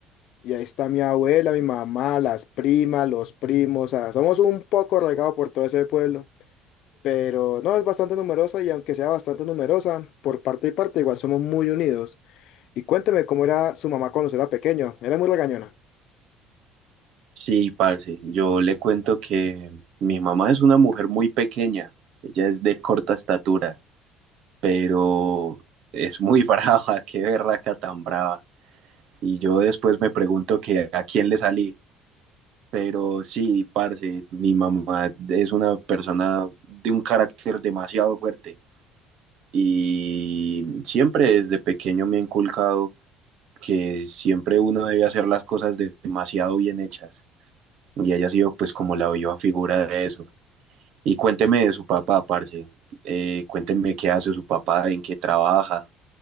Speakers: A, on the left (about 65°); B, on the right (about 65°).
A: Y ahí está mi abuela, mi mamá, las primas, los primos, o sea, somos un poco regados por todo ese pueblo. Pero no, es bastante numerosa y aunque sea bastante numerosa, por parte y parte igual somos muy unidos. Y cuénteme cómo era su mamá cuando usted era pequeño, era muy regañona.
B: Sí, parce, yo le cuento que mi mamá es una mujer muy pequeña, ella es de corta estatura. pero es muy <laughs> brava, qué berraca tan brava. Y yo después me pregunto que a quién le salí. Pero sí, parce, mi mamá es una persona de un carácter demasiado fuerte y siempre desde pequeño me ha inculcado que siempre uno debe hacer las cosas de- demasiado bien hechas y ella ha sido pues como la viva figura de eso. Y cuénteme de su papá, parce, Eh, cuénteme qué hace su papá, en qué trabaja.